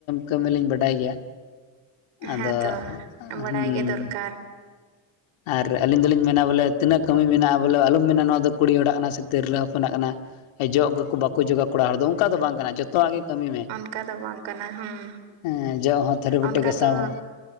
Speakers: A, on the left (about 80°); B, on the right (about 75°).
A: ᱠᱟᱹᱢᱤᱞᱤᱧ ᱵᱟᱰᱟᱭ ᱜᱮᱭᱟ᱾ ᱟᱫᱚ
B: ᱦᱮᱸᱛᱚ ᱵᱟᱲᱟᱭ
A: ᱦᱩᱸ
B: ᱜᱮ ᱫᱚᱨᱠᱟᱨ
A: ᱟᱨ ᱟᱹᱞᱤᱧ ᱫᱚᱞᱤᱧ ᱢᱮᱱᱟ ᱵᱚᱞᱮ ᱛᱤᱱᱟᱹᱜ ᱠᱟᱹᱢᱤ ᱢᱮᱱᱟᱜ-ᱟ ᱵᱚᱞᱮ ᱟᱞᱚᱢ ᱢᱮᱱᱟ ᱱᱚᱣᱟ ᱫᱚ ᱠᱩᱲᱤ ᱦᱚᱲᱟᱜ ᱠᱟᱱᱟ ᱥᱮ ᱛᱤᱨᱞᱟᱹ ᱦᱚᱯᱚᱱᱟᱜ ᱠᱟᱱᱟ᱾ ᱡᱚᱜ ᱟᱠᱚ ᱵᱟᱠᱚ ᱡᱚᱜᱟ ᱠᱚᱲᱟ ᱦᱚᱲ ᱫᱚ ᱚᱱᱠᱟ ᱫᱚ ᱵᱟᱝ ᱠᱟᱱᱟ ᱡᱚᱛ ᱛᱚᱣᱟᱜ ᱜᱤ ᱠᱟᱹᱢᱤ ᱢᱮ
B: ᱚᱱᱠᱟ ᱫᱚ ᱵᱟᱝ ᱠᱟᱱᱟ ᱦᱩᱸ
A: ᱦᱮᱸ ᱡᱚᱜ ᱦᱚᱸ ᱛᱷᱟᱹᱨᱤ ᱵᱟᱹᱴᱤ
B: ᱚᱱᱠᱟ
A: ᱜᱟᱥᱟᱣ
B: ᱛᱚ
A: ᱦᱚᱸ